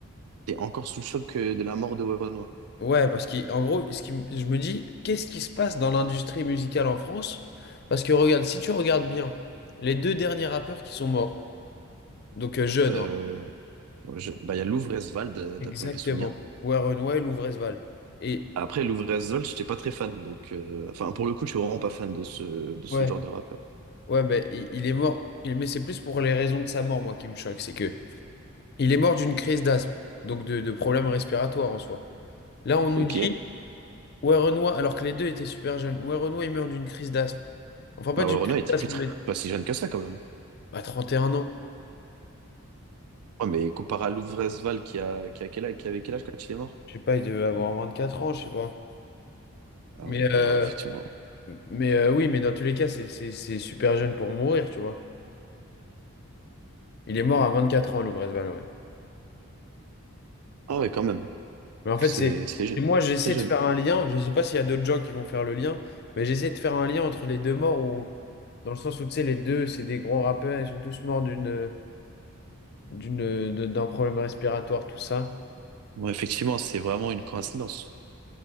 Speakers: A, on the right (about 80°); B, on the left (about 45°).
A: T'es encore sous le choc euh, de la mort de Werenoi.
B: Ouais, parce qu'en gros, ce qui, m- je me dis, qu'est-ce qui se passe dans l'industrie musicale en France? Parce que regarde, si tu regardes bien, les deux derniers rappeurs qui sont morts, donc euh, jeunes,
A: Euh,
B: hein,
A: Ouais, je- Bah, il y a Louvre-Esvald, euh, d'après
B: exactement,
A: mes souvenirs.
B: Warren Weil ou Vresval. Et
A: Après, Louvre-Esvald, j'étais pas très fan. Donc, euh, enfin, pour le coup, je suis vraiment pas fan de ce, de ce
B: ouais,
A: genre de rappeur.
B: ouais, ben il, il est mort, il, mais c'est plus pour les raisons de sa mort, moi, qui me choque, c'est que il est mort d'une crise d'asthme, donc de, de problèmes respiratoires en soi. Là, on nous
A: Ok.
B: dit, Warren Weil, alors que les deux étaient super jeunes, Warren Weil, il meurt d'une crise d'asthme. Enfin, pas
A: Bah,
B: d'une
A: ouais, Renaud
B: crise
A: était
B: d'asthme,
A: plus très-
B: mais
A: pas si jeune que ça, quand même.
B: à 31 ans.
A: Ouais, mais comparé à Louvre-Esvald, qui a, qui a quel âge, qui avait quel âge quand il est mort?
B: Je sais pas, il devait avoir 24 ans, je sais pas.
A: Ah
B: Mais,
A: ouais,
B: euh,
A: bah ouais, effectivement.
B: mais euh, oui, mais dans tous les cas, c'est c'est- c'est super jeune pour mourir, tu vois. Il est mort à 24 ans, Lubrizol, ouais.
A: Ah ouais, quand même.
B: Mais en fait,
A: C'est,
B: c'est.
A: c'est jeune.
B: Et moi, j'essaie
A: Très jeune.
B: de faire un lien. Je sais pas s'il y a d'autres gens qui vont faire le lien, mais j'essaie de faire un lien entre les deux morts ou dans le sens où, tu sais, les deux, c'est des gros rappeurs, ils sont tous morts d'une, d'une, de- d'un problème respiratoire, tout ça.
A: Bon, effectivement, c'est vraiment une coïncidence.